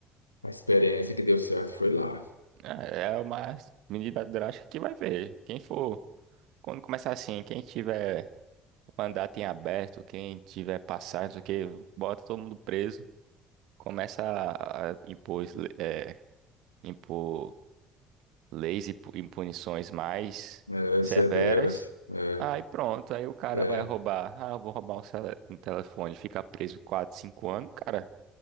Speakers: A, on the left (about 85°); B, on the right (about 55°).
A: a experiência que deu certo foi lá.
B: É é uma medida drástica que vai ver. Quem for, quando começar assim, quem tiver mandato em aberto, quem tiver passagem, não sei o que, bota todo mundo preso. Começa a a impor, es- le- eh, impor leis e pu- e punições mais
A: É,
B: severas.
A: Severas. É,
B: Aí pronto, aí o cara
A: é,
B: vai roubar. Ah, eu vou roubar um, cele- um telefone, fica preso 4, 5 anos, cara.